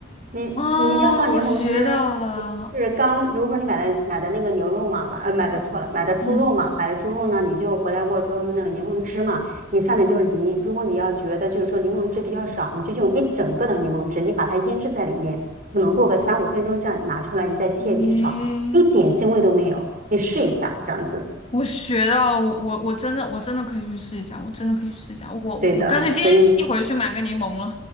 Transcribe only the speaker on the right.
你你一定要放柠檬汁。
你就是刚，如果说你买的买的那个牛肉嘛，呃，买的错了，买的猪肉嘛，
买的猪肉呢，你就回来过之后用那个柠檬汁嘛，你上面就是淋。如果你要觉得就是说柠檬汁比较少，你就用一整个的柠檬汁，你把它腌制在里面，可能过个三五分钟这样拿出来，你再切你去炒，
一点腥味都没有。你试一下这样子，
对的。所以，